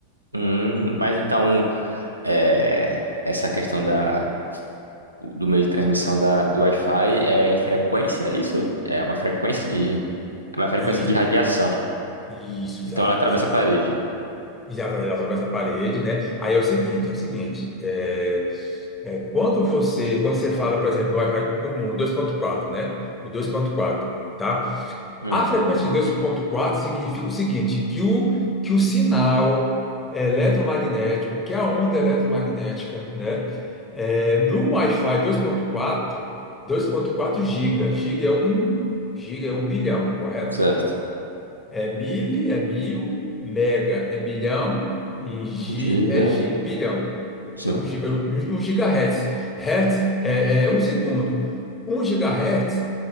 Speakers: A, on the right (about 90°); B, on the left (about 15°).
A: hum, mas então. é, essa questão da, do meio de transmissão da, do Wi-Fi é em frequência, é isso? É uma frequência de, é uma frequência
B: Isso,
A: de radiação.
B: isso, exa-
A: Então ela atravessa
B: exato.
A: a parede.
B: Exato, ele atravessa a parede, né? Aí é o seguinte, é o seguinte. É, é, quando você, quando você fala, por exemplo, no Wi-Fi comum, dois ponto quatro, né? O dois ponto quatro, tá?
A: Hum,
B: A frequência de 2.4 significa o seguinte, que o, que o sinal eletromagnético, que é a onda eletromagnética, né, é, no Wi-Fi 2.4, 2.4 giga, giga é um, giga é um bilhão, correto?
A: certo.
B: É mil, é mil, mega é milhão e gi
A: Giga.
B: é giga, bilhão.
A: Sim,
B: É um, giga- um um gigahertz. Hertz é, é um segundo. Um gigahertz